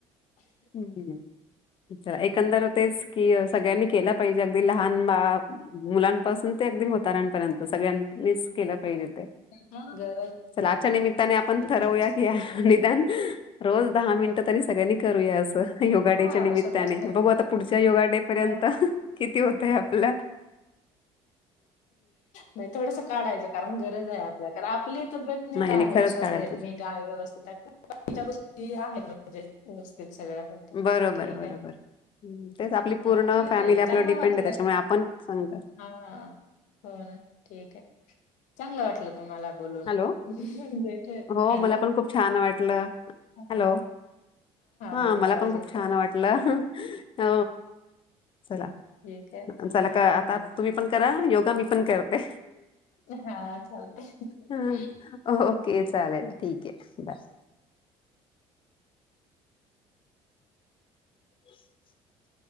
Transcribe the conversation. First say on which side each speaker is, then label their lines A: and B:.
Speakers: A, on the left; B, on the left.
A: हम्म. च एकंदर तेच कि सगळ्यांनी केलं पाहिजे अगदी लहान बा मुलांपासून ते अगदी म्हाताऱ्या पर्यंत सगळ्यांनी केल.
B: हां. गरज
A: चला आच्या निमित्ताने आपण ठरवूया
B: गरज असते
A: की
B: त्याच्यामध्ये.
A: निदान ज दहा मिनट तरी सगळ्यांनी करूया असं योगा
B: हां,
A: डेच्या निमित्ताने
B: स्वतःसाठी.
A: बघू आता पुढच्या योगा डे पर्यंत
B: हां.
A: किती होतय आपल्या
B: नाही थोडस काढायचं कारण गरज आहे आपल्य कारण आपली तब्येत नीट
A: नाही
B: आहे
A: नाही खरंच
B: शसेत
A: काढायला पाहिजे.
B: नीट आहे बाकीच्या गोष्टी आहेत म्हणजे व्यवस्थित सगळ्या होत
A: बरोबर
B: ठीक
A: बरोबर
B: आहे
A: तेच
B: हा,
A: आपली पूर्ण
B: ठीक आहे
A: फॅमिली
B: ताई
A: आपल्या
B: चांगलं
A: डिपेंड
B: वाटलं
A: आहे त्याच्यामुळे आपण सांगतात.
B: हा हो ना ठीक आहे चांगलं वाटलं. तुम्हाला बोलून
A: हॅलो
B: <inaudible>
A: हो
B: हॅलो
A: मला पण खूप छान वाटलं.
B: हा
A: हॅलो हा
B: बोला
A: मला
B: आवाज
A: पण खूप
B: येत
A: छान
B: आहे
A: वाटलं हो चला
B: ठीक आहे
A: चला
B: हा
A: का आता
B: बाय बाय
A: तुम्ही पण करा योग मी पण करते
B: हा चालतय
A: हं, ओके चालेल ठीक आहे बाय. <unintelligible>